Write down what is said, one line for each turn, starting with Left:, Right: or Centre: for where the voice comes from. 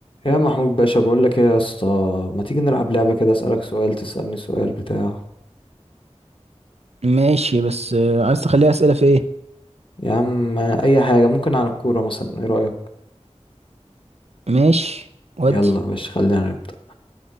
Left: يا محمود باشا بقول لك ايه يا اسطى ما تيجي نلعب لعبة كده اسألك سؤال تسألني سؤال بتاع
Right: ماشي بس آه، عايز تخليها أسئلة في ايه
Left: يا عم اي حاجة ممكن عن الكورة مثلا ايه رأيك
Right: ماشي ودي
Left: يلا يا باشا خلينا نبدأ